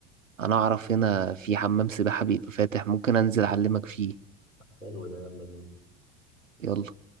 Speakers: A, on the right; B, on the left.
A: انا اعرف هنا في حمام سباحة بيبقى فاتح ممكن انزل اعلمك فيه
B: حلو ده يلا بينا
A: يلا